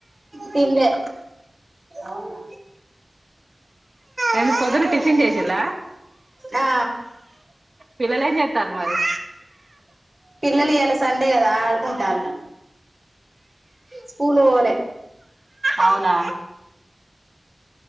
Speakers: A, on the right (about 20°); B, on the right (about 40°).
A: తిన్ లే అన్నం తిన్ లే అవునా
B: ఏంది పొద్దున టిఫిన్ చేసిల్ల
A: ఆ
B: పిల్లలు ఏం చేతార్ మరి
A: పిల్లలు ఇయలా సండే గదా ఆడుకుంటారు స్కూలు పోలే
B: అవునా